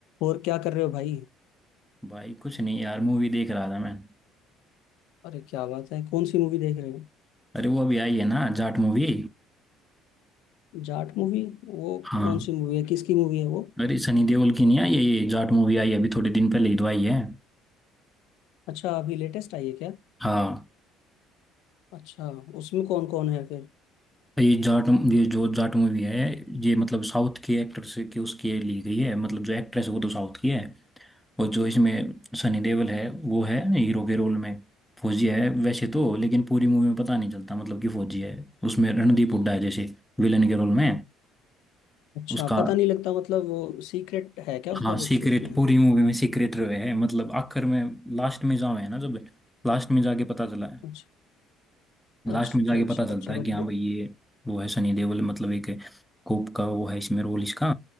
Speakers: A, on the left; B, in the centre.
A: और क्या कर रहे हो भाई
B: भाई कुछ नहीं यार मूवी देख रहा था मैं
A: अरे क्या बात है कौन सी मूवी देख रहे हो
B: अरे वो अभी आई है ना जाट मूवी
A: जाट मूवी वो
B: हाँ
A: कौन सी मूवी है किसकी मूवी है वो
B: अरे सनी देओल की नहीं आई है ये जाट मूवी आई है अभी थोड़े दिन पहले ही तो आई है
A: अच्छा अभी लेटेस्ट आई है क्या
B: हाँ
A: अच्छा उसमें कौन कौन है फिर
B: ये जाट ये जो जाट मूवी है ये मतलब साउथ के एक्टर से के उसकी ली गई है मतलब जो एक्ट्रेस है वो तो साउथ की है और जो इसमें सनी देओल है वो है हीरो के रोल में फौजी है वैसे तो लेकिन पूरी मूवी में पता नहीं चलता मतलब कि फौजी है उसमें रणदीप हुड्डा है जैसे विलन के रोल में
A: अच्छा
B: उसका
A: पता नहीं लगता मतलब वो सीक्रेट है क्या उसका
B: हाँ
A: कुछ
B: सीक्रेट
A: उसमें
B: पूरी मूवी में सीक्रेट रहे है मतलब आखिर में लास्ट में जाओ है ना जब लास्ट में जाके पता चला है
A: अच्छा
B: लास्ट
A: अच्छा
B: में जाके
A: अच्छा
B: पता चलता
A: चलो
B: है कि हाँ भाई ये वो है सनी देओल मतलब एक कोप का वो है इसमें रोल इसका